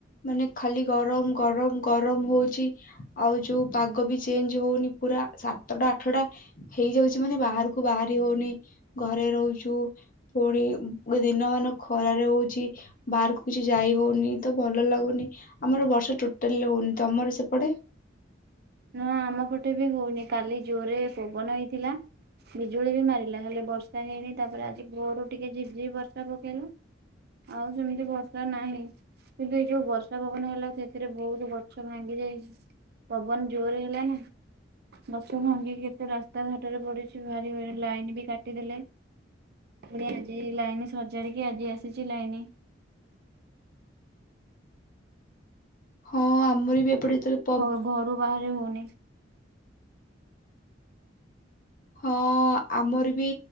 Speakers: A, on the left; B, on the right.
A: ମାନେ ଖାଲି ଗରମ ଗରମ ଗରମ ହଉଛି। ଆଉ ଯୋଉ ପାଗ ବି ଚେଞ୍ଜ ହଉନି ପୁରା ସାତଟା ଆଠଟା ହେଇଯାଉଛି ମାନେ ବାହାରକୁ ବାହାରି ହଉନି ଘରେ ରହୁଛୁ। ପୁଣି ଦିନ ମାନ ଖରାରେ ହଉଛି ବାହାରକୁଛି। ଯାଇ ହଉନି ତ ଭଲ ଲାଗୁନି। ଆମର ବର୍ଷା ଟୋଟାଲି ହଉନି। ତମର ସେପଟେ?
B: ନ ଆମ ପଟେ ବି ହଉନି କାଲି ଜୋରରେ ପବନ ହେଇଥିଲା। ବିଜୁଳି ବି ମାରିଲା ହେଲେ ବର୍ଷା ହେଇନି ତାପରେ ଆଜି ଭୋଅରୁ ଟିକେ ଝିପ୍ ଝିପ୍ ବର୍ଷା ପକେଇଲା। ଆଉ ସେମିତି ବର୍ଷା ନାହିଁ। କିନ୍ତୁ ଏଇ ଯୋଉ ବର୍ଷା ପବନ ହେଲା ସେଥିରେ ବହୁତ ଗଛ ଭାଙ୍ଗି ଯାଇଛି। ପବନ ଜୋରେ ହେଲା ନା। ଗଛ ଭାଙ୍ଗିକି କେତେ ରାସ୍ତା ଘାଟରେ ପଡିଛି। ଭାରି ଲାଇନ ବି କାଟିଦେଲେ। ପୁଣି ଆଜି ଲାଇନ୍ ସଜାଡିକି ଆଜି ଆସିଛି ଲାଇନି।
A: ହଁ ଆମର ବି ଏପଟେ ଯେତେବେଳେ ପ
B: ଘରୁ ଘରୁ ବାହାରି ହଉନି।
A: ହଁ ଆମର ବି